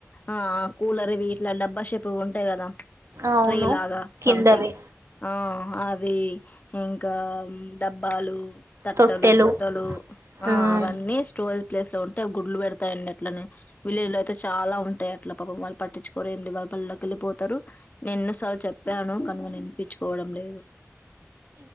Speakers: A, on the left; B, on the right.
A: ఆ కూలర్ ఇవి ఇట్లా డబ్బాషేపు ఉంటాయి గదా
B: అవును
A: రీలాగా
B: కిందవి
A: సంథింగ్ ఆ అవి ఇంకా డబ్బాలు తట్టలు
B: తొట్టెలు
A: బుట్టలు ఆ
B: ఉమ్.
A: అవన్నీ స్టో ప్లేస్ లో ఉంటే గుడ్లు పెడతాయండి అట్లనే విలేజ్ లో అయితే చాలా ఉంటాయి అట్లా పాపం వాల్ పట్టించుకోరు ఏం వాళ్ళ పనుల్లోకి వెళ్ళిపోతరు నేను ఎన్నోసార్లు చెప్పాను కానిని వినిపించుకోవడం లేదు